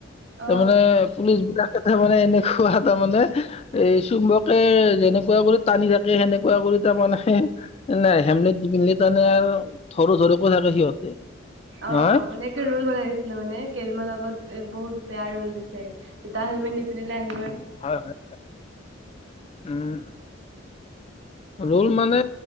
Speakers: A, on the left; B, on the right.
A: তাৰমানে
B: অ',
A: পুলিচ বিলাক,। তাৰ মানে এনেকুৱা তাৰমানে এ চুম্বকে যেনেকুৱা কৰি টানি থাকে সেনেকুৱা কৰি। দুইটা মানুহে নাই হেমলেট নিপিন্ধিলে তাৰমানে আৰু। ধৰো ধৰকৈ থাকে সিহঁতে
B: অ
A: নহয়।
B: মানে কি ৰোল বনাই দিছিলে মানে কেদিনমান আগত। এ বহুত বেয়া ৰোল দিছে দুটা হেলমেট নিপন্ধিলে আহি।
A: হয় হয়। উম। ৰল মানে